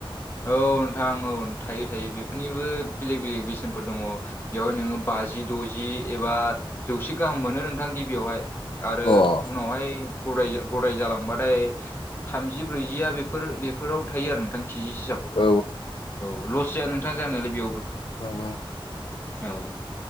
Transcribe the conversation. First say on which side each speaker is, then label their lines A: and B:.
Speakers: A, on the left (about 25°); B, on the left (about 65°).
A: औ नोंथां औ थायो थायो बेफोरनिबो बेलेग बेलेग बेसेनफोर दङ। बेवहाय नोङो बाजि द'जि एबा जौसे गाहाम मोनो नोंथां गिबियावहाय आरो
B: अ
A: उनावहाय गदाय गदाय जालांबाथाय थामजि ब्रैजिया बेफोर बेफोरावनो थायो आरो नोंथां के जि सेयाव
B: औ
A: औ लस जाया नोंथां जानाय नालाय बेयावबो।
B: औ औ।
A: औ।